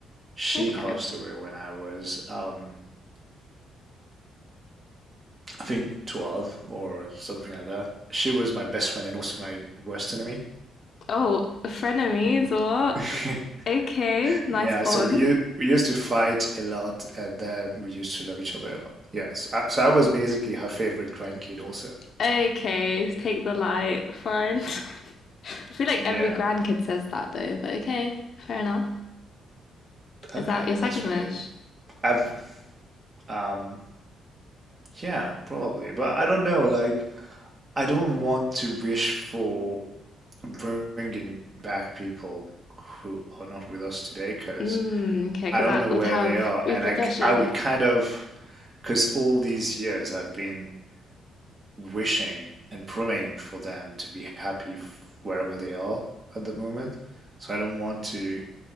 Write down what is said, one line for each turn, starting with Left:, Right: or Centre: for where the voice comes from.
Right: She
Left: Okay.
Right: passed away when I was, um, I think, 12 or something like that. She was my best friend and also my worst enemy.
Left: Oh, frenemies. What?
Right: <laughs>
Left: Okay, nice
Right: Yeah,
Left: bond.
Right: so we u- we used to fight a lot, and then we used to love each other a lot. Yes, I, so I was basically her favorite grandkid also.
Left: Okay, take the light. Fine. <laughs> I feel like
Right: Yeah.
Left: every grandkid says that though, but okay, fair enough.
Right: Okay,
Left: Is that your second
Right: that's
Left: wish?
Right: weird. I've um yeah, probably, but I don't know. Like, I don't want to wish for bringing back people who are not with us today because
Left: Mm, okay, because
Right: I don't
Left: that
Right: know
Left: would
Right: where
Left: have
Right: they are,
Left: repercussions.
Right: and I c- I would kind of because all these years I've been wishing and praying for them to be happy wherever they are at the moment. So I don't want to